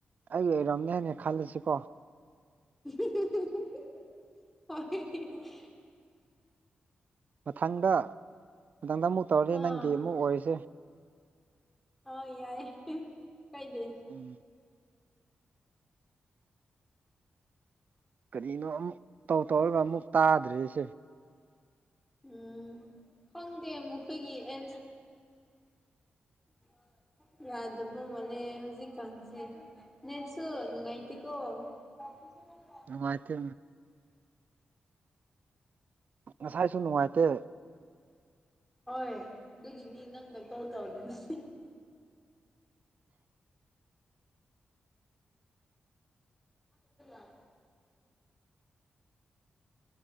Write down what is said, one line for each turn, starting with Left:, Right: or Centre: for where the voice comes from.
Right: ꯑꯩꯒꯤ ꯑꯣꯏꯔꯝꯅꯦ ꯍꯥꯏꯅ ꯈꯜꯂꯁꯤꯀꯣ
Centre: <unintelligible>
Right: ꯃꯊꯪꯗ ꯃꯊꯪꯗ ꯑꯃꯨꯛ ꯇꯧꯔꯁꯤ
Centre: ꯑꯥ
Right: ꯅꯪꯒꯤ ꯑꯃꯨꯛ ꯑꯣꯏꯔꯤꯁꯦ
Centre: ꯑ ꯌꯥꯏ ꯀꯩꯗ
Right: ꯎꯝ ꯀꯔꯤꯅꯣ ꯑꯃꯨꯛ ꯇꯧ ꯇꯧꯔꯒ ꯑꯃꯨꯛ ꯇꯥꯗ꯭ꯔꯤꯁꯦ
Centre: ꯎꯝ ꯈꯪꯗꯦ ꯑꯃꯨꯣꯏꯒꯤ ꯑꯦ <unintelligible> ꯌꯥꯗꯕꯨꯣ ꯃꯅꯦ ꯍꯧꯖꯤꯛ ꯈꯪꯁꯤꯦ ꯅꯦꯠꯆꯁꯨ ꯂꯨꯉꯥꯏꯇꯦꯀꯣ <unintelligible>
Right: ꯅꯨꯡꯉꯥꯏꯇ ꯉꯁꯥꯏꯁꯨ ꯅꯨꯡꯉꯥꯏꯇꯦ
Centre: ꯍꯣꯏ ꯑꯗꯨꯒꯤꯅꯤ ꯅꯪꯅ ꯀꯣꯜ ꯇꯧꯗꯁꯦ <unintelligible>